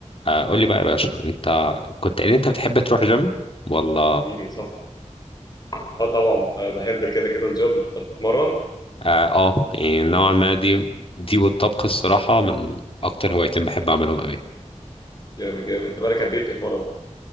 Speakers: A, on the left; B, on the left.
A: آه، قول لي بقى يا باشا انت كنت قايل انت بتحب تروح جيم ولا
B: جيلي صح اه طبعا آه بحب كده كده الجيم انت بتتمرن
A: اه آه، يعني نوعا ما دي دي والطبخ الصراحة من اكتر هوايتين بحب اعملهم قوي
B: جامد جامد انت بقالك قد ايه بتتمرن